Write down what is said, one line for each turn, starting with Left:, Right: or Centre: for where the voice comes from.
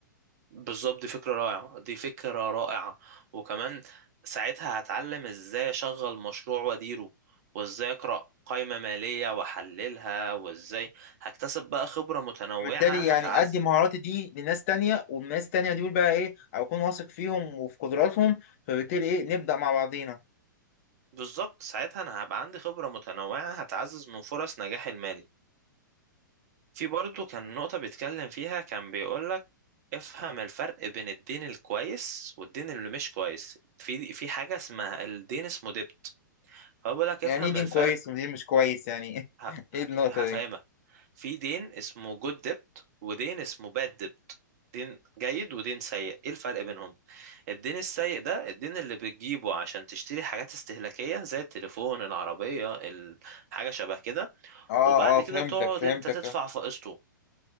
Right: بالظبط دي فكرة رائعة دي فكرة رائعة وكمان ساعتها هتعلم ازاي اشغل مشروع واديره وازاي اقرأ قائمة مالية واحللها وازاي هكتسب بقى خبرة متنوعة
Left: فبالتالي
Right: هتعز
Left: يعني أدي مهاراتي دي لناس تانية والناس تانية دول بقى إيه أكون واثق فيهم وفي قدراتهم فبالتالي إيه نبدأ مع بعضينا
Right: بالظبط ساعتها انا هبقى عندي خبرة متنوعة هتعزز من فرص نجاحي المالي في برضه كان نقطة بيتكلم فيها كان بيقولك افهم الفرق بين الدين الكويس والدين اللي مش كويس في في حاجة اسمها الدين اسمه ديبت فبقول لك
Left: يعني
Right: افهم
Left: إيه دين
Right: الفرق
Left: كويس ودين مش كويس يعني
Right: ه-
Left: <laughs> إيه النقطة
Right: هفهمها
Left: دي
Right: في دين اسمه جود ديبت ودين اسمه باد ديبت دين جيد ودين سيء ايه الفرق بينهم الدين السيء ده الدين اللي بتجيبه عشان تشتري حاجات استهلاكية زي التليفون العربية ال- حاجة شبه كده
Left: اه
Right: وبعد
Left: اه
Right: كده
Left: فهمتك
Right: تقعد
Left: فهمتك
Right: انت تدفع
Left: اه
Right: في قسطه